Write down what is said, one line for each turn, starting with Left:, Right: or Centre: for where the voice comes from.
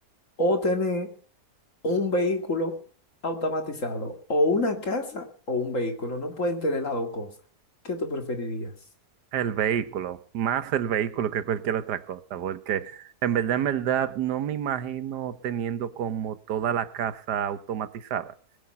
Left: ¿O tener un vehículo automatizado? ¿O una casa o un vehículo? No pueden tener las dos cosas. ¿Qué tú preferirías?
Right: el vehículo, más el vehículo que cualquier otra cosa, porque en verdad, en verdad, no me imagino teniendo como toda la casa automatizada.